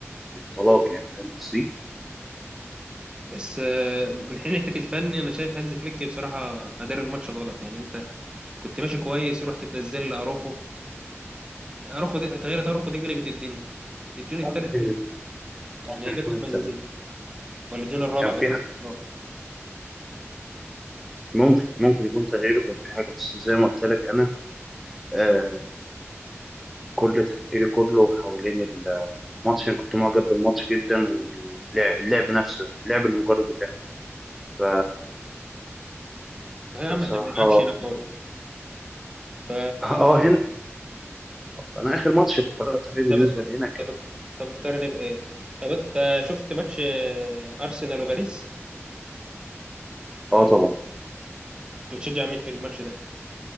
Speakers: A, in the centre; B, on the right (about 20°).
A: طلاق يعني فاهم قصدي؟
B: بس آه، من حين ناحيه الفن انا شايف هانز فليك بصراحه ادار الماتش غلط يعني انت كنت ماشي كويس رحت تنزل لاروخو اروخو دي تغيير اروخو دي قلبت الدنيا الجون التالت
A: ممكن
B: منه يعني
A: ممكن
B: يا ريت
A: يكون التغيير
B: ما نزيد ولا الجون الرابع
A: كان في
B: قصدي
A: حاجة-
B: الرابع
A: ممكن ممكن يكون تغييره كان في حاجه بس زي ما قلت لك انا آه، كل تفكيري كله حوالين الماتش أنا كنت معجب بالماتش جدا وباللعب اللعب نفسه اللعب اللي مجرد اللعب ف...
B: صحيح يا
A: فبصراحة
B: عم احنا ما بنلعبش هنا كوره ف
A: اه هنا أنا آخر ماتش اتفرجت عليه
B: انت
A: بالنسبة
B: بت...
A: لهنا
B: انت
A: كان
B: بت... انت بتقارن إيه بايه طب انت شفت ماتش آه، ارسنال وباريس
A: اه طبعا
B: انت بتشجع مين في الماتش ده